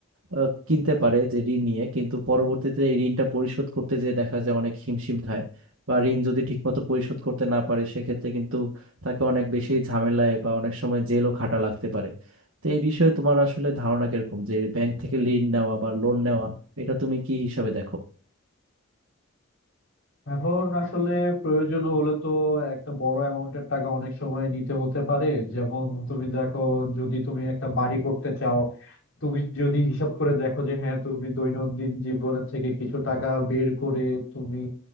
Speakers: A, on the right (about 70°); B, on the left (about 65°).
A: আহ, কিনতে পারে যে ঋণ নিয়ে কিন্তু পরবর্তীতে এই ঋণটা পরিশোধ করতে যেয়ে দেখা যায় অনেক হিমশিম খায় বা ঋণ যদি ঠিকমতো পরিশোধ করতে না পারে সেক্ষেত্রে কিন্তু তাকে অনেক বেশি ঝামেলায় বা অনেক সময় জেলও খাটা লাগতে পারে তো এই বিষয়ে তোমার আসলে ধারণা কিরকম যে ব্যাংক থেকে ঋণ নেওয়া বা লোন নেওয়া এটা তুমি কি হিসাবে দেখো
B: এখন আসলে প্রয়োজন হলে তো একটা বড় অ্যামাউন্টের টাকা অনেক সময় নিতে হতে পারে যেমন তুমি দেখো যদি তুমি একটা বাড়ি করতে চাও তুমি যদি হিসাব করে দেখো যে হ্যাঁ তুমি দৈনন্দিন জীবনের থেকে কিছু টাকা বের করে তুমি